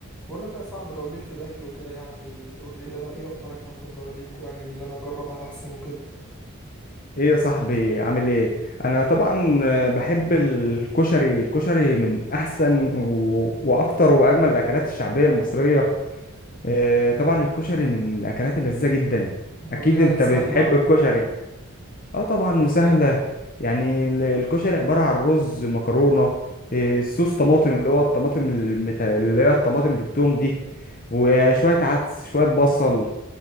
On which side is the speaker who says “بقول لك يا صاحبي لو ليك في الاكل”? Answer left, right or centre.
Centre